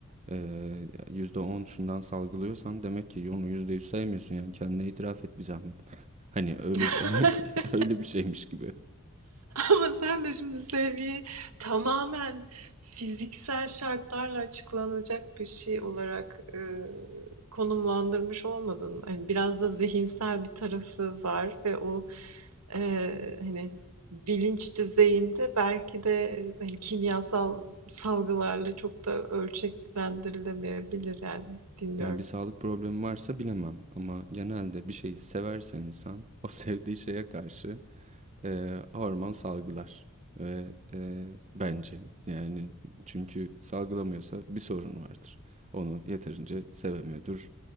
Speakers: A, on the right; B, on the right.
A: e, yüzde on şundan salgılıyorsan demek ki onu yüzde yüz sevmiyorsun. Yani kendine itiraf et bir zahmet. <laughs> Hani öyle
B: <laughs>
A: <laughs> öyle bir şeymiş gibi.
B: Ama sen de şimdi sevgiyi tamamen fiziksel şartlarla açıklanacak bir şey olarak e, konumlandırmış olmadın. Yani biraz da zihinsel bir tarafı var ve o e, hani bilinç düzeyinde belki de e, hani kimyasal salgılarla çok da ölçeklendirilemeyebilir yani bilmiyorum.
A: Yani bir sağlık problemi varsa bilemem ama genelde bir şeyi severse insan o <laughs> sevdiği şeye karşı eee, hormon salgılar ve eee, bence yani çünkü salgılamıyorsa bir sorun vardır. Onu yeterince sevemiyordur